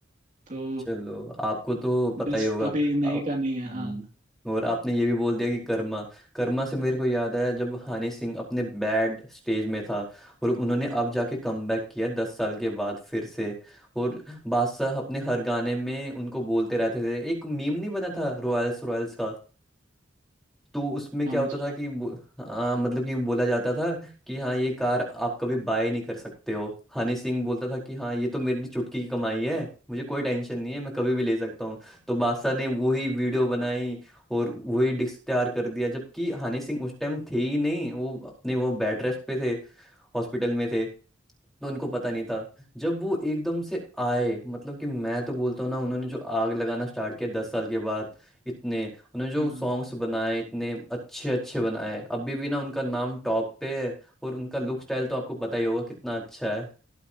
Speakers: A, on the right (about 40°); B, in the centre.
A: तो
B: चलो आपको तो पता
A: डिस्क
B: ही होगा
A: अभी नए
B: आ-
A: का नहीं है
B: हम्म,
A: हाँ
B: और आपने ये भी बोल दिया कि कर्मा कर्मा से मेरे को याद आया जब हनी सिंह अपने बैड स्टेज में था और उन्होंने अब जाके कमबैक किया दस साल के बाद फिर से और बादशाह अपने हर गाने में उनको बोलते रहते थे एक मीम नहीं बना था रॉयल्स रॉयल्स का तो उसमें क्या
A: कौन
B: होता
A: सा
B: था कि बो- हाँ, मतलब कि बोला जाता था कि हाँ ये कार आप कभी बाय नहीं कर सकते हो हनी सिंह बोलता था कि हाँ ये तो मेरे लिए चुटकी की कमाई है मुझे कोई टेंशन नहीं है मैं कभी भी ले सकता हूँ तो बादशाह ने वही वीडियो बनाई और वही डिस्क तैयार कर दिया जबकि हनी सिंह उस टाइम थे ही नहीं वो अपने वो बेड रेस्ट पे थे हॉस्पिटल में थे तो उनको पता नहीं था जब वो एकदम से आए मतलब कि मैं तो बोलता हूँ ना उन्होंने जो आग लगाना स्टार्ट किया दस साल के बाद इतने उन्होंने जो
A: हम्म
B: सॉन्ग्स बनाए इतने अच्छे अच्छे बनाए अभी भी ना उनका नाम टॉप पे है और उनका लुक स्टाइल तो आपको पता ही होगा कितना अच्छा है